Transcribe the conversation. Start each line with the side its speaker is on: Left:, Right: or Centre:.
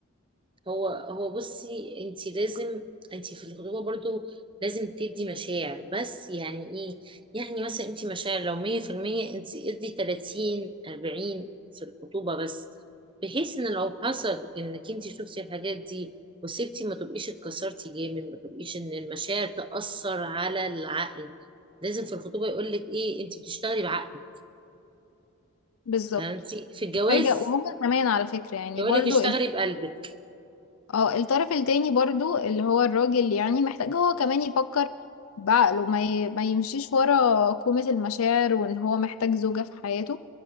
Right: هو هو بصي انت لازم انت في الخطوبه برضو لازم تدي مشاعر بس يعني ايه يعني مثلا انت مشاعر لو 100% انت ادي 30 40 في الخطوبه بس بحيث ان لو حصل انك انت شفتي الحاجات دي وسبتي ما تبقيش اتكسرتي جامد ما تبقيش ان المشاعر تأثر على العقل لازم في الخطوبه يقول لك ايه انت بتشتغلي بعقلك
Left: بالظبط
Right: فهمتي في الجواز
Left: حاجة وهم كمان على فكرة يعني
Right: يقول
Left: برضو
Right: لك اشتغلي بقلبك
Left: اه الطرف التاني برضو اللي هو الراجل يعني محتاج هو كمان يفكر بعقله ما, ي... ما يمشيش ورا كومة المشاعر وان هو محتاج زوجة في حياته